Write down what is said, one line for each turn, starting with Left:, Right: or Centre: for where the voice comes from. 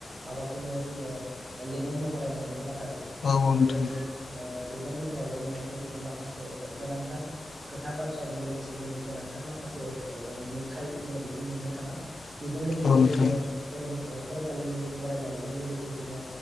Right: माबाखौनो जोङो ओ लिरनाय महराव मोनो नाथाय
Left: औ नोंथां औ
Right: जोङो
Left: नोंथां
Right: बेबायदिनो ओ लिरनाय महरावल' मोननायखाय जोङो माखासे गोनांथार खोथा बाथ्राजों लोगोसे जोङो गोनांथार माखासे ओ नुथाय जोङो बेखौ नुनो थाङा। बेजों लोगोसे
Left: औ नोंथां
Right: लोगोसे जोङो फरायसालिनि फरायनायजों लोगोसे जोङो